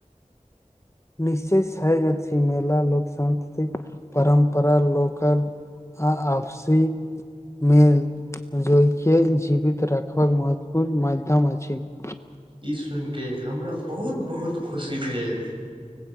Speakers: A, on the left; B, on the right.
A: निश्चे सग छी मेल लोक सांस्कृतिक परम्परा लोकल आ आवसी मेल जयके जीवित राखबाक महत्व गण माध्यम अछि छै
B: ई सुनि के हमरा बहुत बहुत खुशी भेल